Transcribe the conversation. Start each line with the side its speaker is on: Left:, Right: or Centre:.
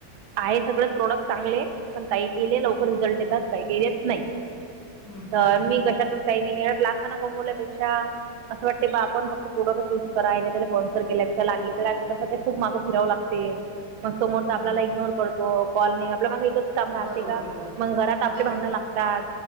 Right: आहे सगळें प्रोडक्ट चांगले पण काही केले लवकर रिझल्ट येतात. काही केलेत देत नाही.
Left: हम्म
Right: तर
Left: हम्म
Right: मी कशातच काही नाही लाग खाना कमवल्यापेक्षा अस वाटते बा आपण फक्त यूज करायला हेला तेला लागते. मग समोर
Left: हम्म
Right: आपल्याला इग्नोर करतो. कॉल नाही आपल्य माग एक काम राहते
Left: बरोबर
Right: का.
Left: बर
Right: मग घरात आपले
Left: बरोबर
Right: भांडण लागतात.